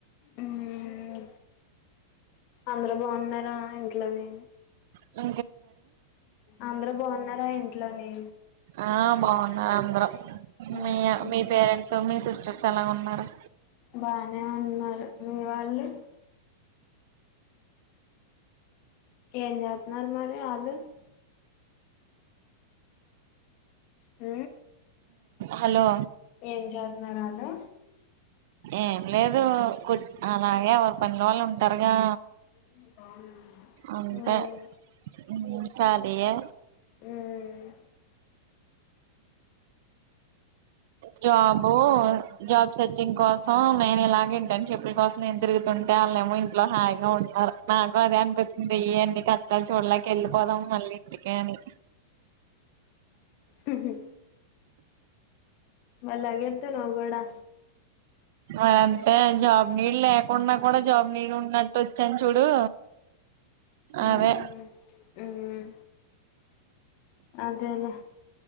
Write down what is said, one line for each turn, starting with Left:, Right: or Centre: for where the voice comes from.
Left: ఉమ్ వ అందరు బాగున్నారా ఇంట్లోనే?
Right: అ
Left: అందరూ బాగున్నారా ఏంటి ఇట్లనే
Right: ఆ బావున్ ఆంధ్ర
Left: ఉహు
Right: మీ మీ పేరెంట్స్ మీ సిస్ ఎలా ఉన్నారు
Left: బానే ఉన్నారు మీ వాళ్ళు, ఏం జెతున్నారు మరి వాళ్ళు ఊ
Right: హలో
Left: ఏం చేతున్నారు వాళ్ళు,
Right: ఏం లేదు కు అలాగే ఎవరు పని వాళ్ళు ఉంటారుగా,
Left: <unintelligible>
Right: అంతే
Left: ఉమ్
Right: హు ఖాళీయే
Left: ఉమ్
Right: జాబు జాబ్ సెర్చింగ్ కోసం నేను ఇలాగే ఫ్రెండ్షిప్ కోసం ఏం తిరుగుతుంటే వాళ్ళ ఏమో ఇంట్లో హాయిగా ఉంటన్నారు. నాకు అదే అనిపిసుతుంది అన్ని కష్టాలు చూడలేక వెళ్ళిపోదాం మళ్ళీ ఇంటికే అని,
Left: హు మరి లగేత్తు నువ్వు కూడా
Right: అంతే జాబ్ నీడ్ లేకుండా కూడా జాబ్ నీడ్ ఉన్నట్టు వచ్చాను చూడు,
Left: ఉమ్
Right: అదె
Left: ఉమ్ అదేలే